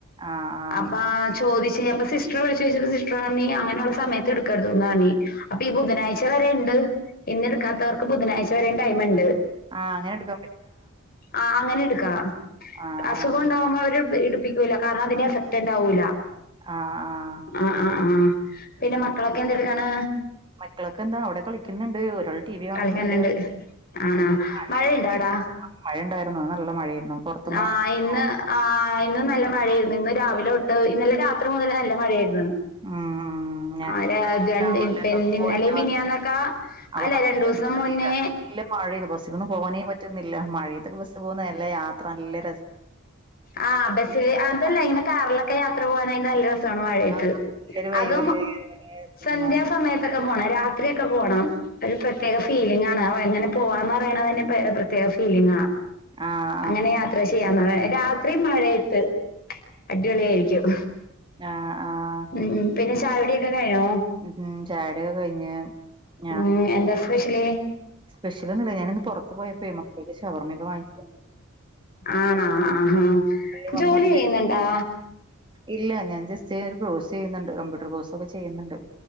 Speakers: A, on the right (about 25°); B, on the left (about 45°).
A: ആഹ് ആഹ്
B: അപ്പ ചോദിച്ച സിസ് ഇ വിളിച്ചുോച്ചപ്പോ സിസ്റ്റർാണ അങ്ങനെയുള്ള സമയത്ത് എടുക്കരു തോന്നതാണി അപ്പൊ ഈ ബുധനാഴ്ച വരെ ഉണ്ട് ഇന്നെടുക്കാത്തവർക്ക് ബുധനാഴ്ച വര ടൈംണ്ട്
A: ആ അങ്ങന എടു
B: ആ അങ്ങനെ എടുക്കാ
A: ആഹ്
B: അസുഖം
A: ആഹ്.
B: ഉണ്ടാവുമ്പോ അവര് എടു പിപ്പിക്കൂല്ല കാരണം അതിന്റെ എഫക്റ്റ് ഉണ്ടാവൂല്ല
A: ആഹ് ആഹ്.
B: ആഹ ആ ആഹ് പിന്നെ മക്കളൊക്കെ എന്തെടുക്കാണ്?
A: മക്കളൊക്കെ എന്താ അവിടെ കളിക്കുന്നുണ്ട് ഒരാൾ ടി വി ആണെന്നുണ്ട്
B: കളിക്കാനുണ്ട് ആണാ
A: ഇപ്പോ മഴയ
B: മഴയുണ്ടോ അവിടാ
A: വത മഴയ ഉണ്ടായിുന്ന നല്ല മഴയായിരുന്നു പൊറത്തൊന്നും
B: ആഹ്
A: അങ്ങനെ
B: ഇന്ന്
A: പോവാൻ
B: ആ ഇന്ന് നല്ല മഴയായിരുന്നു ഇന്ന് രാവിലെട്ട് ഇന്നലെ രാത്രി മുതൽ നല്ല മഴയായിരുന്നു
A: ആഹ് ആഹ് ഉ ഞൻ
B: ആരാ രണ്ട്
A: ടൗണിലേക്ക
B: ഇന്നലെ
A: ഒ പോയിട്ട് വന്ന
B: മിനിയാന്നൊക്കെ
A: അപ്പ
B: അല്ല
A: ടൗണിലൊക്ക
B: രണ്ടൂസം
A: ഒന്ന
B: മുന്നേ
A: അറല്ലോ നല്ല നല്ല മഴെയ ബസ്സൽന്നും പോനേ പറ്റുന്നില്ല മഴയത്തൊക്കെ ബസ്സ് പോകുന്ന നല്ല യാത്ര നല്ല
B: ആ ബസ്സില്
A: <unintelligible>
B: അതല്ല ഇങ്ങനെ കാറിലൊക്കെ യാത്ര പോന നല്ലസമാണ് മഴ
A: ആഹ്. നല്ലൊരു വൈബല്ലേ.
B: അത സ്യസമയ
A: ആഹ്.
B: രാത്രിയൊക്കെ പോണം അതിപ്രേതെക ഫിലിംഗ ആ എങ്ങനെ പോവാന്ന് പറയണ അന്റെ പ്രത്യേക ഫീലിംഗാ
A: ആഹ്
B: അങ്ങനെ യാത്ര ചെയ്യാന്ന് രാത്രി മഴയത്ത് അടിപൊളിയ ആയിരിക്കും
A: ആഹ് ആഹ്
B: ഉം പിന്നെ ചായോടി കഴിഞ്ഞോ?
A: ഉ ചായോടി കഴിഞ്ഞ് ഞാൻ
B: ഉം എന്താ സ്പെഷ്യല്
A: സ്പെഷ്യലൊന്നുല്ല ഞാന് ഇന്ന് പുറത്ത് പോയപ്പോ മക്കക്ക് ശവർമൊക്കെ വാങ്ങിച്
B: ആണാ ആഹാ
A: പോയി വന്നാ
B: ജോലി
A: പിന്നെ
B: ചെയ്യുന്നുണ്ടാ?
A: ഇല്ല ഞാൻ ജസ്റ്റ് ഒരു കോഴ്സ് ചെയ്യുന്നുണ്ട് കമ്പ്യൂട്ടർ കോഴ്സ് ഒക്കെ ചെയ്യുന്നുണ്ട്